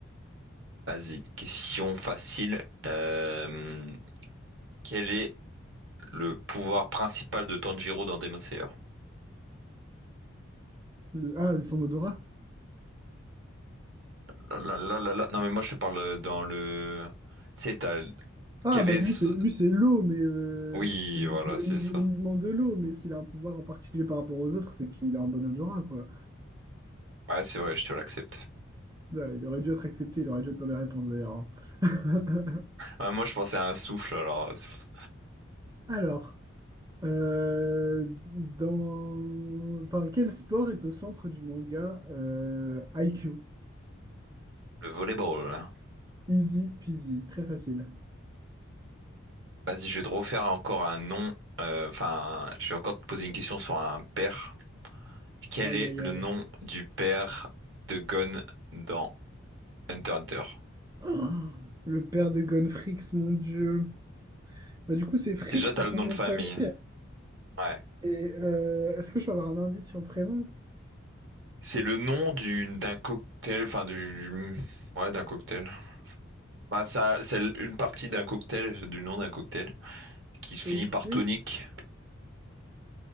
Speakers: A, on the right; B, on the right.
A: vas-y, question facile. Euh, Quel est le pouvoir principal de Tanjiro dans Demon Slayer?
B: Le- ah, son odorat?
A: Là, là, là, là, là. Non, mais moi, je te parle euh, dans le... Tu sais, t'as...
B: Ah,
A: Quel
B: bah
A: est...
B: lui,
A: ce-
B: c'est lui, c'est l'eau, mais euh,
A: Oui,
B: c'est le-
A: voilà,
B: les,
A: c'est
B: mou-
A: ça.
B: les mouvements de l'eau. Mais s'il a un pouvoir en particulier par rapport aux autres, c'est qu'il a un bon odorat, quoi.
A: Ouais, c'est vrai, je te l'accepte.
B: Ouais, il aurait dû être accepté, il aurait dû être dans les réponses d'ailleurs. hein. <laughs>
A: Ouais, moi, je pensais à un souffle, alors... euh, c'est pour ça.
B: Alors, euh, dans... enfin, quel sport est au centre du manga euh, IQ?
A: Le volleyball. hein.
B: Easy peasy, très facile.
A: Vas-y, je vais te refaire encore un nom. euh, Enfin, je vais encore te poser une question sur un père. Quel
B: Aïe
A: est
B: aïe
A: le
B: aïe.
A: nom
B: <gasps>
A: du père de Gon dans Hunter x Hunter?
B: Ah, le père de Gonfrix, mon Dieu. Bah, du coup, c'est Frix,
A: Déjà, t'as le
B: son
A: nom
B: nom
A: de famille.
B: de famille.
A: Ouais.
B: Et euh, est-ce que je peux avoir un indice sur le prénom?
A: C'est le nom du d'un cocktail, enfin du... Ouais, d'un cocktail. Bah, ça, c'est une partie d'un cocktail, du nom d'un cocktail, qui se
B: Ok.
A: finit par tonique.